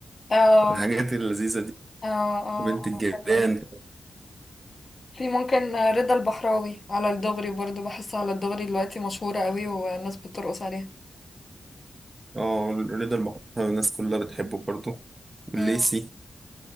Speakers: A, on the left; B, on the right.
A: اه
B: الحاجات اللذيذة دي
A: اه اه
B: بنت الجيران
A: آه، حلوة دي. في ممكن رضا البحراوي على الدغري برضو بحس على الدغري دلوقتي مشهورة قوي والناس بترقص عليها
B: اه رضا المحتوى الناس كلها بتحبه برضو والليسي
A: مم.